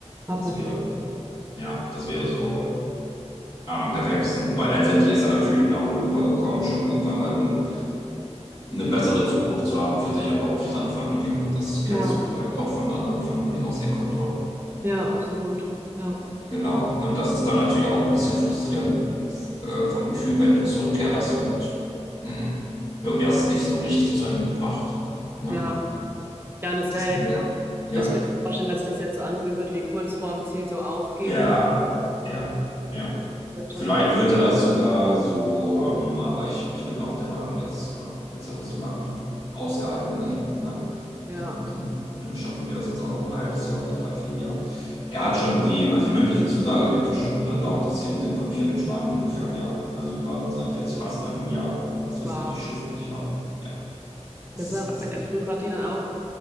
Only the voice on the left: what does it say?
Das
wäre, ja, das wäre so am perfektesten, weil letztendlich ist er natürlich nach Europa gekommen, schon irgendwann mal, um eine bessere Zukunft zu haben für sich, aber auch für seine Familie. Das kennst
du vielleicht auch von anderen Familien aus Ecuador.
Genau. Und das ist dann natürlich auch ein bisschen frustrierend äh, vom Gefühl, wenn du zurückkehrst und mh, irgendwie hast du es nicht so richtig zu Ende gebracht. Ne?
Deswegen,
ja,
ja, ja, ja.
Vielleicht
wird er das sogar so, ähm, aber ich, ich bin auch der Meinung, jetzt, ähm, jetzt hat er so lange ausgehalten. <laughs> Ne? ne?
Dann, dann ne, schaffen wir das jetzt auch noch ein halbes Jahr oder dreiviertel Jahr. Er hat schon die, also die mündliche Zusage gibt es schon und dann dauert das hier mit den Papieren in Spanien ungefähr ein Jahr. Also wir warten seit jetzt fast einem Jahr, dass wir
es endlich schriftlich haben. Ja, es
ist
ätzend.